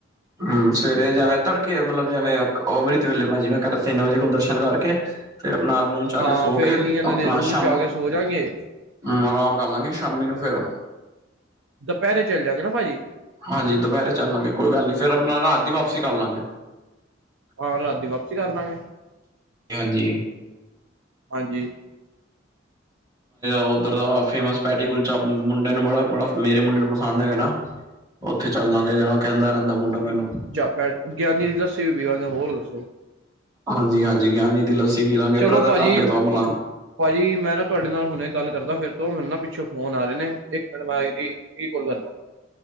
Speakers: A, on the right (about 20°); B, on the right (about 70°).
A: ਹੂੰ ਸਵੇਰੇ ਜਵੇਂ ਤੜਕੇ ਮਤਲਬ ਜਿਵੇਂ ਅੰਮ੍ਰਿਤ ਵੇਲੇ ਮ ਜਿਵੇਂ ਕਰ ਤਿੰਨ ਵਜੇ ਕੋਲ ਦਰਸ਼ਨ ਕਰਕੇ ਫਿਰ ਆਪਣਾ ਰੂਮ ਚ ਆ
B: ਹਾਂ
A: ਕੇ ਸੋ
B: ਫੇਰ
A: ਕੇ
B: ਕੀ ਕਹਿੰਦੇ
A: ਆਪਣਾ
B: ਨੇ ਰੂਮ
A: ਸ਼ਾਮ
B: ਚ ਆ ਕੇ ਸੋ ਜਾਗੇ
A: ਹੂੰ ਆਰਾਮ ਕਰ ਲਾਂਗੇ ਸ਼ਾਮੀ ਨੂੰ ਫਿਰ
B: ਦੁਪਹਰੇ ਚੱਲ ਜਾਗੇ ਨਾ ਭਾਜੀ
A: ਹਾਂਜੀ ਦੁਪਹਿਰੇ ਚੱਲ ਲਾਂਗੇ ਕੋਈ ਗੱਲ ਨੀ ਫਿਰ ਆਪਣਾ ਰਾਤ ਦੀ ਵਾਪਸੀ ਕਰ ਲਾਂਗੇ
B: ਹਾਂ ਰਾਤ ਦੀ ਵਾਪਸੀ ਕਰਦਾਂਗੇ
A: ਹਾਂਜੀ
B: ਹਾਂਜੀ
A: ਉੱਧਰ ਦਾ ਫੇਮਸ ਪੈਟੀ ਕੁਲਚਾ ਮੁੰਡੇ ਨੂੰ ਬੜਾ ਬੜਾ ਮੇਰੇ ਮੁੰਡੇ ਨੂੰ ਪਸੰਦ ਹੈਗਾ ਨਾ
B: <inaudible>
A: ਉੱਥੇ ਚੱਲਾਂਗੇ ਜ ਕਹਿੰਦਾ ਰਹਿੰਦਾ ਮੁੰਡਾ ਮੈਨੂੰ
B: ੈ ਗਿਆਨੀ ਦੀ ਲੱਸੀ ਵੀ ਪੀਵਾਂਗੇ ਹੋਰ ਦੱਸੋ
A: ਹਾਂਜੀ, ਹਾਂਜੀ ਗਿਆਨੀ ਦੀ ਲੱਸੀ ਪੀ ਲਾਂਗੇ
B: ਚਲੋ
A: ਬ੍ਰਦਰ
B: ਭਾਜੀ
A: ਟਾਬੇ ਤੋਂ ਅਪਣਾ
B: ਭਾਜੀ ਮੈਂ ਨਾ ਤੁਹਾਡੇ ਨਾਲ ਹੁਣੇ ਗੱਲ ਕਰਦਾ ਫਿਰ ਤੋਂ ਮੈਨੂੰ ਨਾ ਪਿੱਛੋਂ ਫੋਨ ਆ ਰੇ ਨੇ ਇੱਕ ਮਿੰਟ ਮੈਂ ਆਈ ਵੀ ਕੋਲ ਕਰਦਾ <unintelligible>